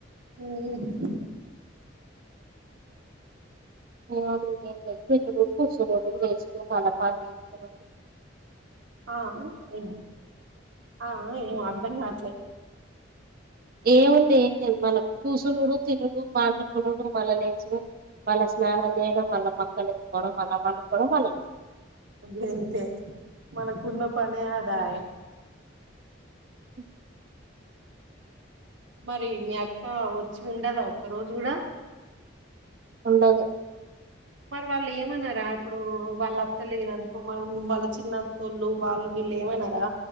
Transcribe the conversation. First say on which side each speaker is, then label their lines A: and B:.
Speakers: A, on the right (about 70°); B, on the right (about 50°).
A: మ్మ్ హ్మ్
B: మామాలుగా ఏం లేదు తినుడు కూసోడు మళ్ళీ లేసి పనిచేసుకొనుడు
A: ఆహా ఏం ఆహ ఏం అర్ధం కావట్లే
B: ఏముంది ఏం లేదు మల్ల కూసునుడు, తినుడు, పండుకునుడు, మల్ల లేచుడు ఇగ మల్ల స్నానాలు చేయడం, మల్ల పక్కలు ఎత్తుకోవడం, మల్ల పండుకోవడం మల్ల లేచి.
A: గింతే మనకున్న పనే గఆదాయే
B: అ
A: మరి మీ అక్క వచ్చి ఉండదా ఒక్క రోజు కూడా
B: ఉండదు
A: మరి వాళ్ళు ఏమన్నారా ఇప్పుడు వాళ్ళు అక్కలేదు అనుకో మరి వాళ్ళ చిన్నత్తోళ్ళు వాళ్ళు వీళ్ళు ఏమన్నారా.